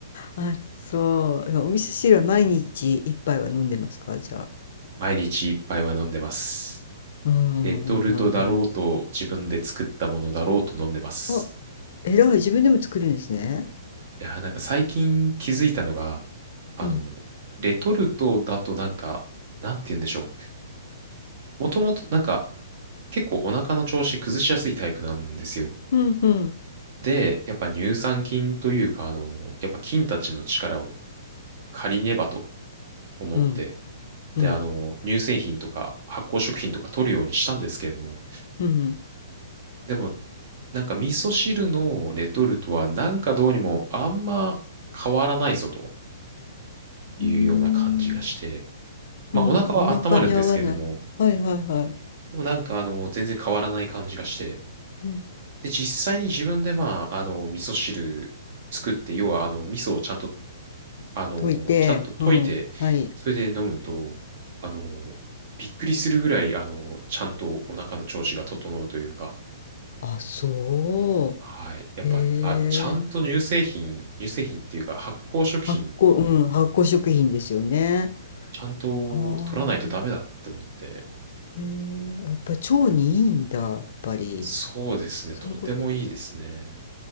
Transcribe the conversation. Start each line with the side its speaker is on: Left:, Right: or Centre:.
Left: あ、そう。お味噌汁は毎日一杯は飲んでますかじゃあ。
Right: 毎日一杯は飲んでます。
Left: うんうんうんうん
Right: レトルトだろうと自分で作ったものだろうと飲んでます。
Left: あ偉い、自分でも作るんですね。
Right: いやー、なんか最近気づいたのが、あの、
Left: うん。
Right: レトルトだとなんか、なんて言うんでしょう。もともとなんか結構お腹の調子崩しやすいタイプなんですよ。
Left: うんふん。
Right: で、やっぱ乳酸菌というか、あの、やっぱ菌たちの力を借りねばと思って、
Left: うん、
Right: で、
Left: うん、
Right: あの、乳製品とか発酵食品とか取るようにしたんですけれども、
Left: うん。
Right: でも、なんか味噌汁のレトルトはなんかどうにもあんま変わらないぞというような感じがして、
Left: うーん。
Right: まあお腹は温まるんですけれども、
Left: うん、お腹に合わない。はいはいはい。
Right: でもなんかあの全然変わらない感じがして、
Left: うん。
Right: で実際に自分でまああの味噌汁作って、要はあの味噌をちゃんとあのちゃんと溶いて、
Left: 溶いて、うん、はい。
Right: それで飲むと、あのびっくりするぐらいあのちゃんとお腹の調子が整うというか、
Left: あ、そ
Right: はい。やっぱ、
Left: う。へえ。
Right: あ、ちゃんと乳製品、乳製品っていうか発酵食品、
Left: 発酵うん、発酵食品ですよね。
Right: ちゃんと取らないとダメだって思って。
Left: はあ。へえ、やっぱ腸にいいんだ、
Right: だ
Left: やっぱり。
Right: そうですね。
Left: そういうこと。
Right: とてもいいですね。